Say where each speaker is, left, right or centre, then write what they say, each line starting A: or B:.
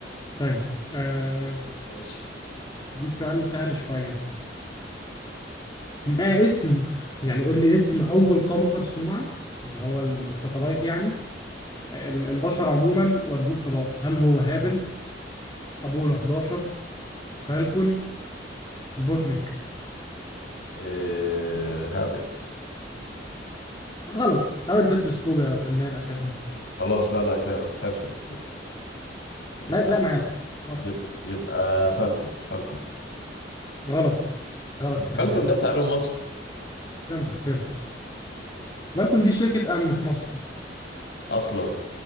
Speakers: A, on the left; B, on the left.
A: طيب آه
B: ماشي
A: ديك سؤال سهل شوية ما اسم يعني قول لي اسم أول قمر صناعي اللي هو الساتلايت يعني ال- البشر عموما ودوه الفضاء هل هو هابل أبولو 11 فالكون سبوتنيك
B: إيه هابل
A: غلط حاول تتلسكوب يا فنان اساسا
B: خلاص لا لا يا سامي ما تحسبش ما تحسبش يبقى
A: ما لا ما يلعب مصر
B: يبقى يبقى فالكون فالكون
A: غلط غلط يا فنان
B: فالكون ده بتاع إيلون ماسك
A: كده انت خسرت بالكون دي شركة امن في مصر
B: أصلا